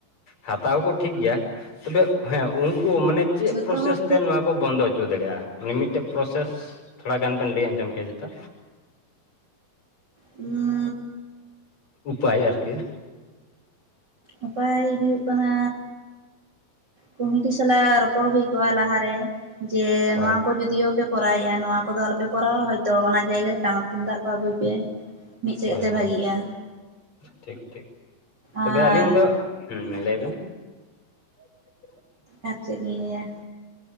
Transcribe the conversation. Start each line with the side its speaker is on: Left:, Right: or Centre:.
Left: ᱦᱟᱛᱟᱟᱣ ᱠᱚ ᱴᱷᱤᱠ ᱜᱮᱭᱟ ᱛᱚᱵᱮ ᱦᱮᱸ ᱩᱱᱠᱩ ᱢᱟᱱᱮ ᱪᱮᱫ
Right: ᱡᱷᱚᱛᱚ
Left: ᱯᱨᱚᱥᱮᱥ
Right: ᱦᱚᱲ
Left: ᱛᱮ ᱱᱚᱣᱟ ᱠᱚ ᱵᱚᱱᱫᱚ ᱦᱚᱪᱚ ᱫᱟᱲᱮᱼᱟ ᱢᱤᱫ-ᱢᱤᱫᱴᱮᱡ ᱯᱨᱚᱥᱮᱥ ᱛᱷᱚᱲᱟ ᱜᱟᱱ ᱵᱮᱱ ᱞᱟᱹᱭ ᱟᱸᱡᱚᱢ ᱠᱮᱭᱟ ᱡᱚᱛᱚ
Right: ᱦᱩᱸ
Left: ᱩᱯᱟᱭ ᱟᱨᱠᱤ
Right: ᱩᱯᱟᱭ ᱦᱩᱭᱩᱜ ᱠᱟᱱᱟ ᱠᱚᱢᱤᱴᱤ ᱥᱟᱞᱟᱜ ᱨᱚᱯᱚᱲ ᱦᱩᱭ ᱠᱚᱜᱼᱟ ᱞᱟᱦᱟᱨᱮ ᱡᱮ
Left: ᱦᱳᱭ
Right: ᱱᱚᱣᱟ ᱠᱚ ᱡᱫᱤᱭᱳ ᱯᱮ ᱠᱚᱨᱟᱣᱭᱮᱼᱟ ᱱᱚᱣᱟ ᱠᱚᱫᱚ ᱟᱞᱚᱯᱮ ᱠᱚᱨᱟᱣᱟ ᱦᱚᱭᱛᱚ ᱚᱱᱟ ᱡᱟᱭᱜᱟ ᱨᱮ ᱴᱟᱢᱟᱠ ᱛᱩᱢᱫᱟᱜ ᱠᱚ ᱟᱹᱜᱩᱭ ᱯᱮ ᱢᱤᱫ ᱥᱮᱫ
Left: ᱦᱳᱭ
Right: ᱛᱮ
Left: ᱦᱳᱭ
Right: ᱵᱷᱟᱜᱤᱜᱼᱟ
Left: ᱴᱷᱤᱠ ᱴᱷᱤᱠ ᱛᱚᱵᱮ
Right: ᱟᱨ
Left: ᱟᱹᱞᱤᱧ ᱫᱚᱜ ᱦᱩᱸ ᱢᱟ ᱞᱟᱹᱭ ᱵᱮᱱ <inaudible>
Right: ᱟᱨ ᱪᱮᱛ ᱞᱤᱧ ᱞᱟᱹᱭᱟ